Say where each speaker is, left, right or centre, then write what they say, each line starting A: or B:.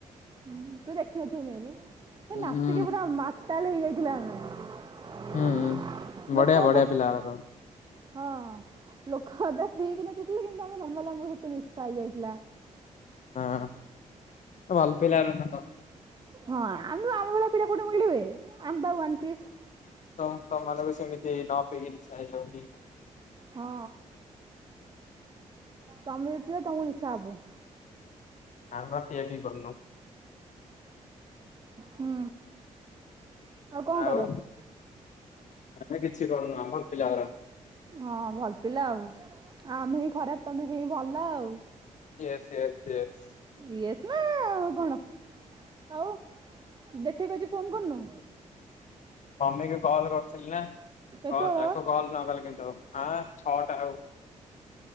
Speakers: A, on the right; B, on the left.
A: ହୁଁ ତୁ ଦେଖିନଥିବୁ ମେ ବି। ସେ
B: ହୁଁ
A: ନାଚିକି ପୁରା ମାତାଲ ହେଇଯାଇଥିଲା ଆମେ।
B: ହୁଁ
A: ଲୋକ
B: ବଢ଼ିଆ
A: ଅଧେ
B: ବଢିଆ ପିଲାରା ତ।
A: ହଁ ଲୋକ ଅଧା ପିଇକି ନାଚୁଥିଲେ କିନ୍ତୁ ଆମେ ନର୍ମାଲି ଆମ ସ ମିଶା ହେଇଯାଇଥିଲା।
B: ହଁ ଭଲ ପିଲାରା ତମେ।
A: ହଁ ଆମ ଆମ ଭଳିଆ ପିଲା କୋଉଠି ମିଳିବେ ଆମେପା ୱନ୍ ପିସ୍।
B: ତ ତ ମାନଙ୍କୁ ସେମିତି ନ ପିଇକିନି ନିସା ହେଇଯାଉଛି।
A: ହଁ ତମେ ବି ପିଅ ତମଙ୍କୁ ନିସା ହବ।
B: ଆମ ପିଆ ପୁଇ କରୁନୁ।
A: ହୁଁ କଣ
B: ଆଉ
A: କର?
B: ଆମେ କିଛି କରୁନୂ ଆମର ପିଲାରା ସବୁ।
A: ହଁ ଭଲ ପିଲା ଆଉ ଆମେ ହି ଖରାପ ତମେ ହିଁ ଭଲ ଆଉ।
B: Yes yes yes.
A: ଇଏସ୍ ନାଁ ଆଉ କଣ ଆଉ ଦେଠିକ ଅଛି ଫୋନ୍ କରିନୁ।
B: ମମିକି କଲ୍ କରିଥିଲି ନାଁ
A: କେତେବେଳ?
B: ହଁ ତାକୁ କଲ୍ ନ କଲେ କେମିତି ହବ ଆଁ ଛଅଟା ଆଉ।